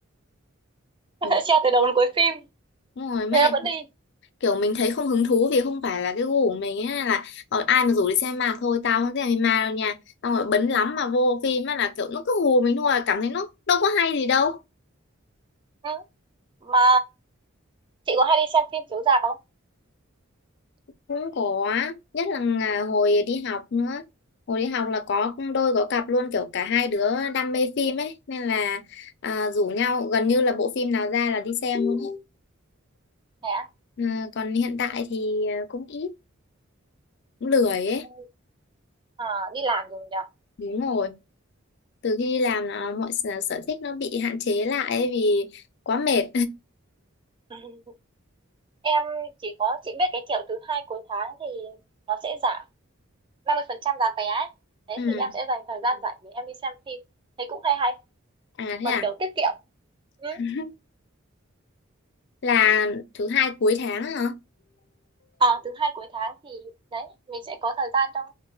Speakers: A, on the right; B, on the left.
A: <laughs>
B: Ừ.
A: sẽ treo từ đầu đến cuối phim
B: Đúng rồi, mới
A: thế là
B: lại
A: vẫn đi
B: kiểu mình thấy không hứng thú vì không phải là cái gu của mình ấy là còn ai mà rủ đi xem ma thôi tao không xem ma đâu nha xong rồi bấn lắm mà vô phim á là kiểu nó cứ hù mình thôi cảm thấy nó đâu có hay gì đâu
A: ừ. mà chị có hay đi xem phim chiếu rạp không
B: cũng có nhất là ngà- hồi đi học nữa hồi đi học là có đôi có cặp luôn kiểu cả hai đứa đam mê phim ấy nên là à, rủ nhau gần như là bộ phim nào ra là đi xem luôn ấy
A: thế á
B: Ừ, còn hiện tại thì à, cũng ít cũng lười ấy
A: Ừ, à, đi làm rồi nhỉ
B: đúng rồi từ khi đi làm là mọi sở sở thích nó bị hạn chế lại ấy vì quá mệt
A: <laughs> em chỉ có chị biết cái kiểu thứ hai cuối tháng thì nó sẽ giảm 50% giá vé ấy. đấy
B: <laughs> ừ
A: thì em sẽ dành thời gian rảnh để em đi xem phim thấy cũng hay hay
B: à thế
A: mà
B: à
A: kiểu tiết kiệm ừ.
B: <laughs> là thứ hai cuối tháng á hả
A: à, thứ hai cuối tháng thì đấy mình sẽ có thời gian trong